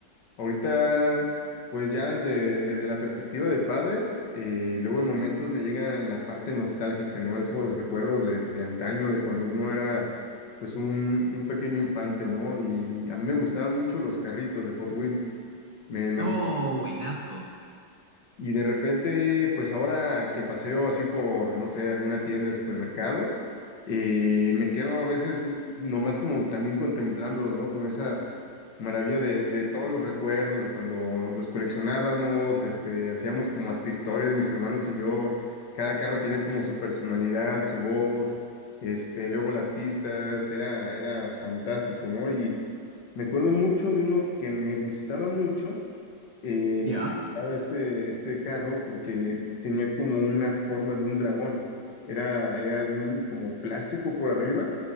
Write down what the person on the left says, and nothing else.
ahorita, pues ya de- desde la perspectiva de padre, eh, luego en momentos me llega la parte nostálgica, ¿no? Esos recuerdos de, de antaño, de cuando uno era pues un, un pequeño infante, ¿no? Y a mí me gustaban mucho los carritos de Hot Wheels. Me, me
y de repente, pues ahora que paseo así por, no sé, alguna tienda de supermercado, eh, me quedo a veces nomás como también contemplándolo, ¿no? Con esa maravilla de, de todos los recuerdos, de cuando los coleccionábamos, este, hacíamos como hasta historias, mis hermanos y yo, cada carro tiene como su personalidad, su voz, este, luego las pistas, era, era fantástico, ¿no? Y me acuerdo mucho de uno que me gustaba mucho eh,
me encantaba este, este carro porque tenía como una forma de un dragón. Era, era de un como plástico por arriba,